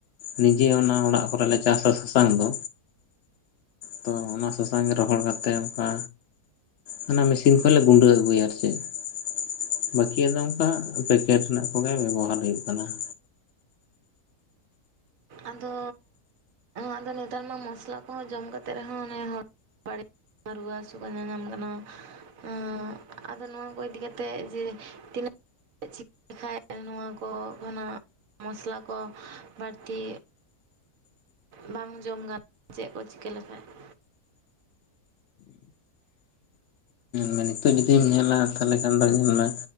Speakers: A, on the left; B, on the right.
A: ᱱᱤᱡᱮ ᱚᱱᱟ ᱚᱲᱟᱜ ᱠᱚᱨᱮᱞᱮ ᱪᱟᱥᱟ ᱥᱟᱥᱟᱝ ᱫᱚ᱾ ᱛᱚ ᱚᱱᱟ ᱥᱟᱥᱟᱝ ᱜᱮ ᱨᱚᱦᱚᱲ ᱠᱟᱛᱮᱫ ᱚᱱᱠᱟ ᱦᱟᱱᱟ ᱢᱮᱥᱤᱱ ᱠᱷᱚᱡᱞᱮ ᱜᱩᱰᱟᱹ ᱟᱹᱜᱩᱭᱟ ᱟᱨ ᱪᱮᱫ ᱾ ᱵᱟᱹᱠᱤᱭᱟ ᱟᱫᱚ ᱚᱱᱠᱟ ᱦᱟᱸᱜ ᱯᱮᱠᱮᱴ ᱨᱮᱱᱟᱜ ᱠᱚᱜᱮ ᱦᱟᱸᱜ ᱵᱮᱵᱚᱦᱟᱨ ᱦᱩᱭᱩᱜ ᱠᱟᱱᱟ ᱾
B: ᱟᱫᱚ ᱟᱫᱚ ᱱᱮᱛᱟᱨ ᱢᱟ ᱢᱚᱥᱞᱟ ᱠᱚᱦᱚᱸ ᱡᱚᱢ ᱠᱟᱛᱮᱫ ᱨᱮᱦᱚᱸ ᱚᱱᱮ ᱦᱚᱲ <unintelligible> ᱵᱟᱹᱲᱤᱡ ᱨᱩᱣᱟᱹ ᱦᱟᱹᱥᱩ ᱠᱚ ᱧᱟ ᱧᱟᱢ ᱠᱟᱱᱟ ᱾ ᱚᱸᱜ ᱟᱫᱚ ᱱᱚᱣᱟ ᱠᱚ ᱤᱫᱤ ᱠᱟᱛᱮᱜ ᱡᱮ ᱛᱤᱱᱟᱹᱜ ᱪᱤᱠᱟᱹ ᱞᱮᱠᱷᱟᱡ ᱱᱚᱣᱟ ᱠᱚ ᱚᱱᱟ ᱢᱚᱥᱞᱟ ᱠᱚ ᱵᱟᱹᱲᱛᱤ ᱵᱟᱝ ᱡᱚᱢ ᱜᱟᱱᱚᱜ ᱪᱮᱫ ᱠᱚ ᱪᱤᱠᱟᱹ ᱞᱮᱠᱷᱟᱡ ᱾
A: ᱢᱟᱱᱮ ᱱᱤᱛᱚᱜ ᱡᱩᱫᱤᱢ ᱧᱮᱞᱟ ᱛᱟᱦᱚᱞᱮ ᱠᱷᱟᱱ ᱫᱚ ᱧᱮᱞ ᱢᱮ